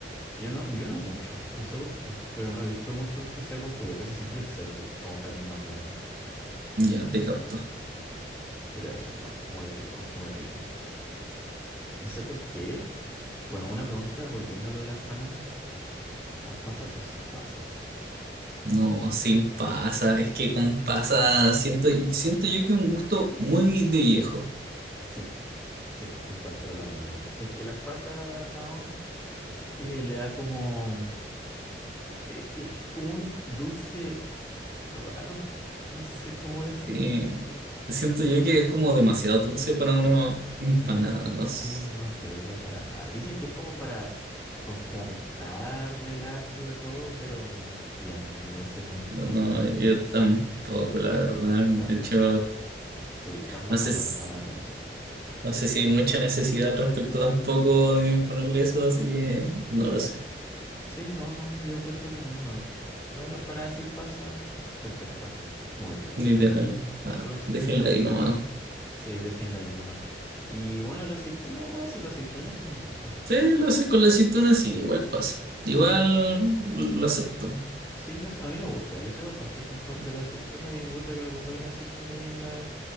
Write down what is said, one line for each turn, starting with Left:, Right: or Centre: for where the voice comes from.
Left: Yo no, yo no mucho, no sé por qué, pero no he visto mucho que sea con pollo, casi siempre es cerdo, como carne más blanda.
Right: Ya te capto.
Left: Pero eso, no, muy rico, muy rico. No sé por qué. Bueno, una pregunta volviendo a lo de la empanada, ¿con pasas o sin pasas?
Right: No, sin pasa, es que con pasa siento, siento yo que es un gusto muy de viejo.
Left: Sí, sí, encuentro lo mismo. Es que las pasas, no, eh, le da como, eh, que- que como un dulce raro, <laughs> no sé cómo decirlo.
Right: Eh, siento yo que es como demasiado dulce para una empanada,
Left: No,
Right: no
Left: sí,
Right: siento,
Left: no pega para nada. Dicen que es como para contrarrestarle el ácido y todo, pero no entiendo yo ese punto.
Right: no, yo tampoco, la verdad. De
Left: Tan,
Right: hecho,
Left: sí, están matando
Right: no sé, s-
Left: la empanada con eso.
Right: no sé si hay mucha necesidad al respecto tampoco de ponerle eso, así que no lo sé,
Left: Sí, no, no, yo encuentro que no, no hay. No, la empanada sin pasa, perfecta. Muy rico,
Right: literal.
Left: en, to- en
Right: Ah,
Left: todos los sentidos.
Right: déjenla ahí nomás.
Left: Sí, déjenla ahí nomás. Y bueno, la aceituna, no, sí, la aceituna sí me gusta.
Right: Sí, lo hace con la aceituna, sí, igual pasa. Igual
Left: Sí,
Right: lo acepto.
Left: Sí, no sé, a mí me gusta. Yo soy bastante fan con- de la aceituna y gusta que me ponga una aceituna ahí en la,